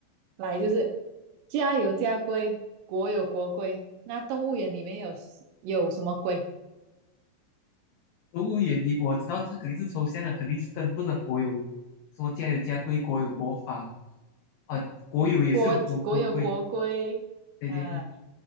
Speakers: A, on the right (about 80°); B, on the left (about 85°).
A: 来，就是家有家规，国有国规，那动物园里面有有什么规？
B: 动物园你我知道这肯定是抽象的，肯定是跟不上国有，什么家有家规，国有国法啊，国有也是有国国规。
A: 国国有国规，
B: 对对对。
A: 啊，